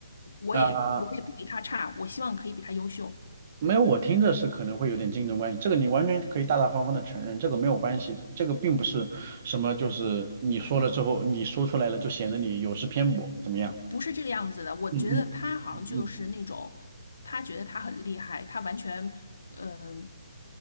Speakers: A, on the left; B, on the right.
A: 我也我也不比他差，
B: 啊、
A: 我希望可以比他优秀，
B: 没有，我听着是可能会有点竞争关系，这个你完全可以大大方方的承认，这个没有关系的，这个并不是什么就是你说了之后，你说出来了就显得你有失偏颇，怎么样？
A: 不不是这个样子的。我觉得他好像就是那种他觉得他很厉害，
B: 嗯嗯嗯
A: 他完全嗯、呃